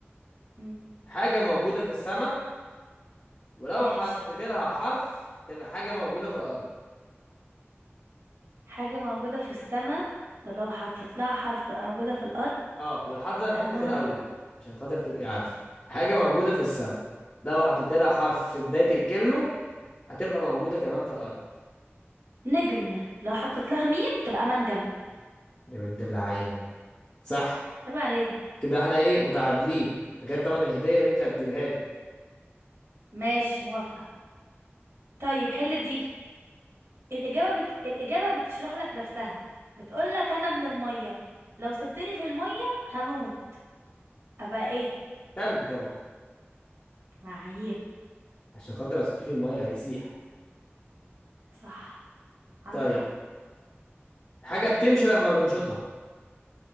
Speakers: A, on the right (about 75°); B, on the left (about 30°).
A: مم.
B: حاجة موجودة في السماء ولو
A: ماشي
B: حطيت لها حرف تبقى حاجة موجودة في الأرض
A: حاجة موجودة في السماء ولو حطيت لها حرف تبقى موجودة في الأرض
B: اه والحرف ده هنحطه
A: سما
B: في الأول عشان خاطر تبقي عارفة حاجة موجودة في السماء لو حطيت لها حرف في بداية الكلمة هتبقى موجودة كمان في الأرض
A: نجم لو حطيت لها ميم تبقى منجم
B: يا بنت اللعيبة صح
A: تبقى عليه
B: كده احنا ايه متعادلين غير طبعا الهدية اللي انت هتجيبها لي
A: ماشي موافقة طيب حل دي الإجابة بت... الإجابة بتشرح لك نفسها بتقول لك أنا ابن المية لو سبتني في المية هموت أبقى إيه
B: تلج طبعا
A: معيب
B: عشان خاطر لو سبتيه في المية هيسيح
A: صح عندك
B: طيب
A: حق
B: حاجة بتمشي لما بنشوطها